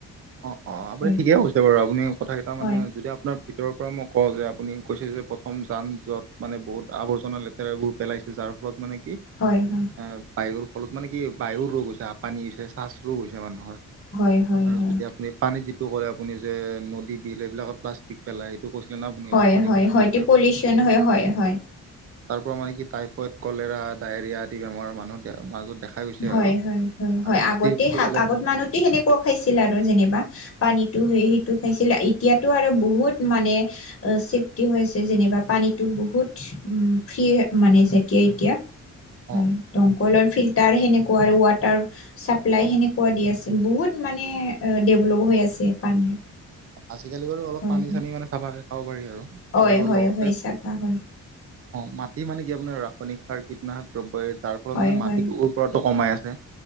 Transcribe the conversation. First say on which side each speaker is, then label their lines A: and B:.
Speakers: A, on the right; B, on the left.
A: অ অ আপুনি
B: হয়
A: ঠিকে কৈছে বাৰু আপুনি কথা কেইটা মানে
B: হয়
A: যদি আপোনাৰ তেওঁ পৰা মই কওঁ যে আপুনি কৈছে যে প্ৰথম যান য'ত মানে বহুত আৱৰ্জনা লেতেৰাবোৰ পেলাইছে যাৰ ফলত মানে কি -
B: হয় হয়
A: এ বায়ুৰ ফলত মানে কি বায়ুৰ ৰোগ হৈছে পানী হৈছে চাছ ৰোগ হৈছে মানুহৰ
B: হয় হয়
A: আৰু
B: হয়
A: যেতিয়া আপুনি পানীত যিটো কলে আপুনি যে নদী বিল এইবিলাকত প্লাষ্টিক পেলাই কচলে ন আপুনি
B: হয়
A: ৰাসায়নিক
B: হয়
A: সাৰ
B: হয়টো
A: কীটনাশক
B: পলিউশ্যন হয় হয় হয়
A: তাৰ পৰা মানে কি টাইফইড কলেৰা ডায়েৰিয়া আদি বেমাৰৰ মানুহ মাজত দেখা গৈছে
B: হয়
A: আৰু।
B: হয় হয় হয়
A: আৰু মাটিৰ
B: আগতে
A: যিটো ক'লে
B: আগত
A: আপুনি
B: মানুহ সেনেকুৱাও খাইছিল আৰু যেনিবা পানীটো সেই সেইটো খাইছিল এতিয়া টো আৰু বহুত মানে চেফটি হৈ আছে যেনিবা পানীটো বহুত ফ্ৰী মানে যেতিয়া এতিয়া
A: অ',
B: হয় দমকলৰ ফিল্টাৰ সেনেকুৱা আৰু ৱাটাৰ চাপ্লাই
A: অ',
B: সেনেকুৱা দি আছে বহুত মানে ডেভলপ হৈ আছে পানীৰ
A: আজিকালি বাৰু অলপ
B: হয়
A: পানী
B: হয়
A: চানী মানে চাফাকে খাব পাৰি আৰু
B: হয়
A: আৰু
B: হয়
A: লগতে
B: হয় চাফা হয়
A: অ মাটি মানে কি আপোনাৰ ৰাসায়নিক সাৰ কীটনাশক দ্ৰব্য তাৰ ফলত
B: হয়
A: মানে মাটিত
B: হয়
A: ৰাটো কমাই আছে